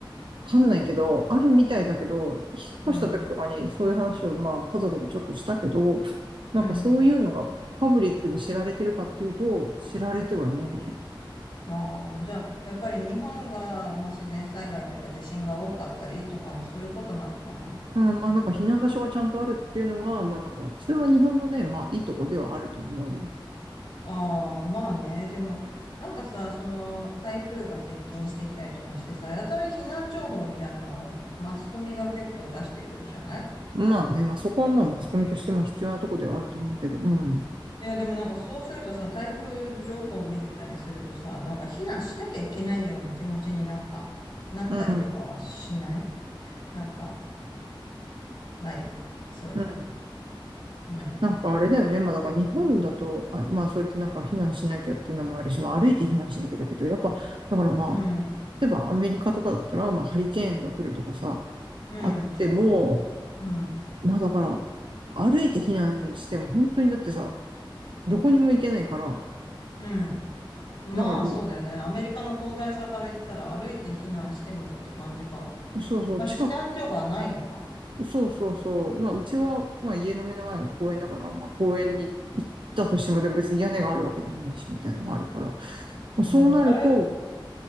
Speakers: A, on the right; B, on the left.
A: かんないけど、あるみたいだけど、引っ越した時とかにそういう話をまあ家族でちょっとしたけど、
B: うん。うん。
A: なんかそういうのがパブリックで知られてるかっていうと、知られてはいないね。
B: ああ、じゃあ、やっぱり日本が、まあ、自然災害というか地震が多かったりとか、そういうことなのかな。
A: うん、まあなんか避難場所がちゃんとあるっていうのは、まあなんか、それは日本のね、まあいいとこではあると思うよ。
B: ああ、まあね。でも、なんかさ、その、台風が接近してきたりとかしてさ、やたら避難情報みたいなのをマスコミが結構出してくるじゃない
A: まあね、まあそこはまあマスコミとしても必要なとこではあると思うけど、うん。
B: いや、でもなんかそうするとさ、台風情報を見てたりするとさ、なんか避難しなきゃいけないような気持ちになんかなったりとかはしない
A: うん。
B: なんか、ない。そういうの。
A: うん。
B: うん。
A: なんかあれだよね。まあだから日本だと、あ、まあそうやってなんか避難しなきゃっていうのもあるし、まあ歩いて避難しなきゃだけど、やっぱ、だからまあ、
B: うん。
A: 例えばアメリカとかだったら、まあハリケーンが来るとかさ、
B: うん。
A: あっても、
B: そうそう。うん。
A: まあだから、歩いて避難しても本当にだってさ、どこにも行けないから、
B: うん。まあ、
A: だからも
B: そうだよね。アメリカの広大さから言ったら歩いて避難してもって感じか。
A: う、そうそう、
B: まあ、
A: 近く
B: 避難所がないのか。
A: そうそうそう。まあ、うちは、まあ、家の目の前が公園だから、まあ、公園に行ったとしても、でも別に屋根があるわけでもないし、みたいなのもあるから。ま
B: うん。
A: あ、そうなると、
B: あれ、